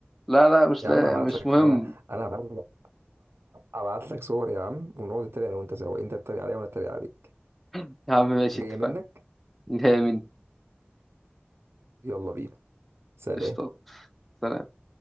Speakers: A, in the centre; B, on the right.
A: لا لا مش
B: يا
A: لا
B: عم هبعت
A: مش
B: لك
A: مهم
B: انا انا هبعت لك ابعت لك صور يا عم ونقعد نتريق انا وانت سوا انت تتريق عليا وانا اتريق عليك
A: يا عم ماشي
B: جايه
A: اتفقنا
B: منك
A: <laughs> نهاية مين
B: يلا بينا سلام
A: قشطة سلام.